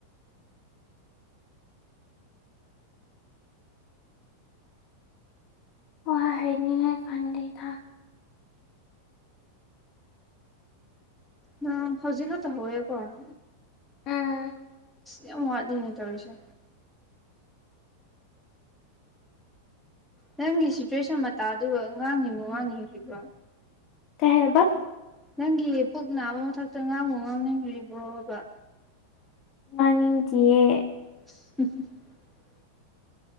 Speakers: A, on the left; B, in the centre.
A: ꯋꯥꯏꯅꯦ ꯈꯪꯗꯦꯗ
B: ꯅꯪ ꯍꯧꯖꯤꯛꯈꯠꯇ ꯍꯋꯦ ꯀꯣ ꯑꯝ
A: ꯎꯝ
B: ꯌꯥꯝ ꯋꯥꯠꯂꯤꯅꯦ ꯇꯧꯔꯤꯁꯦ ꯅꯪꯒꯤ ꯁꯤꯆ꯭ꯋꯦꯁꯟ ꯃꯇꯥꯗꯨꯒ ꯉꯥꯡꯉꯤ <unintelligible> ꯉꯥꯡꯔꯤꯕ꯭ꯔꯣ
A: ꯀꯩ ꯍꯥꯏꯕ
B: ꯅꯪꯒꯤ ꯄꯨꯛ ꯅꯥꯕ ꯃꯊꯛꯇ ꯉꯥꯡꯕꯨ ꯉꯥꯡꯅꯤꯡꯔꯤꯕ꯭ꯔꯣꯕ
A: ꯉꯥꯡꯅꯤꯡꯗꯤꯌꯦ
B: <unintelligible>